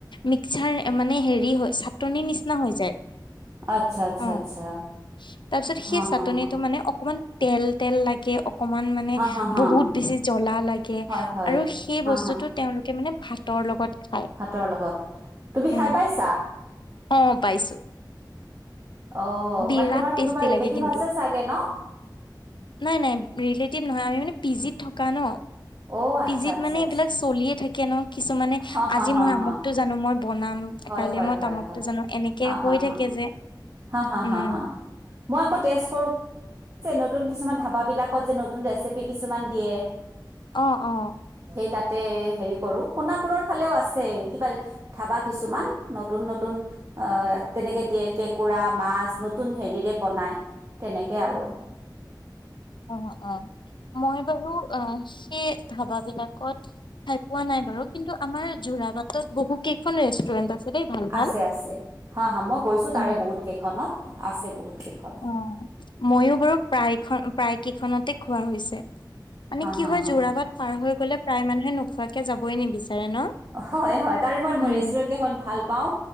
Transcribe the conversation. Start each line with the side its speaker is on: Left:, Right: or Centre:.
Left: মিক্সাৰ মানে। হেৰি হয় চাটন নিচিনা হৈ যায়,
Right: আচ্ছা আচ্ছা
Left: অ'
Right: আচ্ছা
Left: তাৰপিছত
Right: হা
Left: সেই
Right: হা
Left: চাটনিটো
Right: হা
Left: মানে অকমান তেল তেল লাগে অকমান মানে
Right: হা হা হা
Left: বহুত বেছি জ্বলা লাগে
Right: হয় হয়
Left: আৰু সেই
Right: হা
Left: বস্তুতো তেওঁলোকে মানে। ভাতৰ লগত। খায়
Right: হাতৰ লগত তুমি
Left: উম
Right: খাই পাইছা
Left: অ পাইছো
Right: অ',
Left: বিৰাট
Right: মানে তোমাৰ কোনোবা
Left: টেষ্টি
Right: ৰিলেটিভ
Left: লাগে কিন্তু
Right: আছে চাগে ন?
Left: নাই, নাই ৰিলেটিভ নহয়, আমি মানে পি, জিত থকা ন।
Right: অ',
Left: পি,
Right: আচ্ছা
Left: জিত
Right: আচ্ছা
Left: মানে এইবিলাক
Right: আচ্ছা।
Left: চলিয়ে, থাকে ন, কিছুমানানে,
Right: হা হা
Left: আজি
Right: হা
Left: মই আমুকতটো
Right: হা।
Left: জানো মই বনাম
Right: হয়
Left: কাইলে
Right: হয়
Left: মই
Right: হয়
Left: তামুকটো
Right: হয়।
Left: জানো এনেকে
Right: হা
Left: হৈ
Right: হা হা।
Left: থাকে যে
Right: হা, হা,
Left: উম
Right: হা, হা, মই আকৌ টেষ্ট নতুন কিছুমান ধাবাবলাকত যে নতুন ৰেচিপি কিছুমান দিয়ে
Left: অ অ
Right: সেই তাতে হেৰি কৰো সোণাপুৰৰ ফালেও আছে কিবা ধাবা কিছুমান নতুন নতুন অ তেনেকে দিয়ে কেক কেকুৰা মাছ নতুন হেৰিৰে বনাই তেনেকে আৰু।
Left: অ অ মই বাৰু অ সেই ধাবা বিলাকত খাই পোৱা নাই বাৰু কিন্তু আমাৰ যোৰা বাটত বহু এইখন ৰেষ্টুৰেণ্ট আছে দেই ভাল ভাল।
Right: আছে, আছে হা, হা মই গৈছো তাৰে
Left: উম।
Right: বহুত কেইখনত, আছে। বহুত কেইখন।
Left: অ মইয়ো বাৰু প্ৰায় প্ৰায় কেইখনতে খোৱা হৈছে মানে
Right: হা
Left: কি
Right: হা
Left: হয়
Right: হা।
Left: যোৰাবাট পাৰ হৈ গ'লে, প্ৰায় মানুহে নোখোৱাকে যাবই নিবিচাৰে। ন?
Right: হয় হয় তাৰে মই
Left: উম।
Right: ৰেষ্টুৰেন্ট কেইখন ভাল পাও